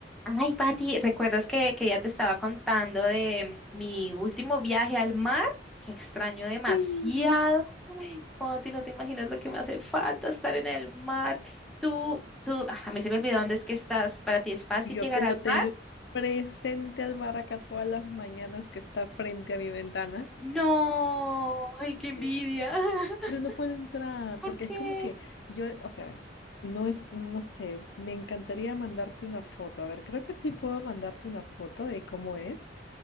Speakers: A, in the centre; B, on the left.
A: Ay, Pati, ¿recuerdas que, que ya te estaba contando de mi último viaje al mar? Que extraño demasiado.
B: Sí.
A: Ay, Pati, no te imaginas lo que me hace falta estar en el mar. Tú, tú, ah, a mí se me olvidó dónde es que estás. ¿Para ti es fácil
B: Y yo
A: llegar
B: que
A: al
B: lo tengo
A: mar?
B: presente al maraca todas las mañanas que está frente a mi ventana.
A: No, ay, qué envidia.
B: Sí.
A: <laughs>
B: Pero no puedo entrar
A: ¿Por
B: porque
A: qué?
B: es como que yo, o sea, no es, no sé, me encantaría mandarte una foto. A ver, creo que sí puedo mandarte una foto de cómo es.